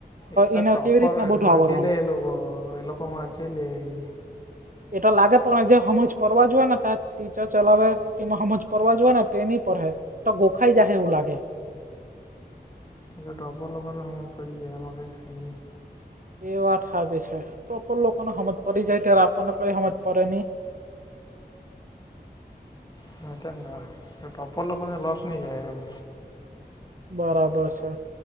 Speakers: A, on the left; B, on the right.
A: એ તો
B: એને
A: ટોપર
B: કેવી રીતના
A: અ
B: બધું
A: વાચી
B: આવરવાનું
A: લે એલોકો એ લોકો વચી લેઈ.
B: એટો લાગે પણ જે હમજ પરવા જોએને તાજ ટીચર ચલાવે <unintelligible> હમજ પરવા જોએને તે ની પરહે તો ગોખાઈ જાહે એવું લાગે.
A: <unintelligible> ટોપર લોકોને હમજ પડી જાય આમા કઈ થાય ની.
B: એ વાત હાચી છે ટોપર લોકોને હમજ પડી જાય ત્યારે આપણને કઈ હમજ પડે ની.
A: હ એટલે જ ને ને ટોપર લોકોને લોસ નહી જાય એમ.
B: બરાબર છે.